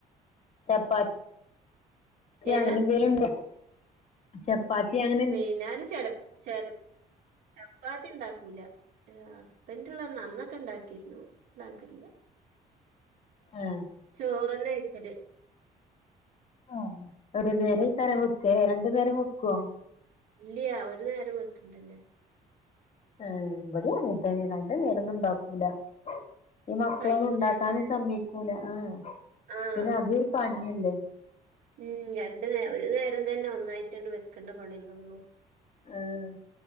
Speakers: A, on the left; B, on the right.
A: ചപ്പാ ത്തി
B: ഏഹ്
A: അങ്ങനെന്തെലും ണ്ടാക്കും ചപ്പാത്തി അങ്ങ
B: വൈന്നേരം ചെല ചെല ചപ്പാത്തിണ്ടാക്കൂല അഹ് ഹസ്ബന്റ്ള്ളന്ന് അന്നൊക്കെ ണ്ടാക്കിര്ന്നു ണ്ടാക്കലില്ല.
A: ഏ
B: ചോറ്ന്നെ കയ്ക്കല്
A: ആഹ് ഒര് നേരം അയ്ക്കാരം വെക്കലേ രണ്ട് നേരം വെക്ക്വോ?
B: ഇല്ല്യ ഒര് നേരം വെക്ക്ണ്ടന്നെ
A: ഉം ഇവ്ടെ അങ്ങൻതെന്നെ രണ്ട് നേരൊന്നുണ്ടാക്കൂല. ഈ മക്കളൊന്നു
B: കയ്യൂല
A: ണ്ടാക്കാനും
B: രണ്ട് നേരം
A: സമ്മയ്ക്കൂല ആഹ്
B: ആഹ്
A: പിന്നത് പണിയല്ലേ
B: ഉം രണ്ട് നേ ഒര് നേരം തെന്നെ ഒന്നായിട്ടണ്ട് വെക്കേണ്ട പണ്യല്ലെള്ളൂ
A: ആഹ്